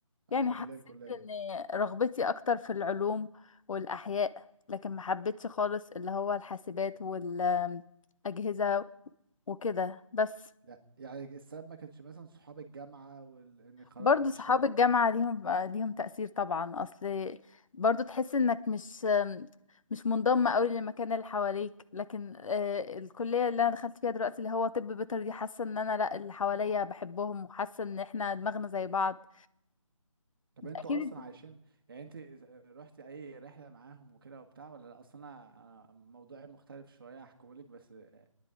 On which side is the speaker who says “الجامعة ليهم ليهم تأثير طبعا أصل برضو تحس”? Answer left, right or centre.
Left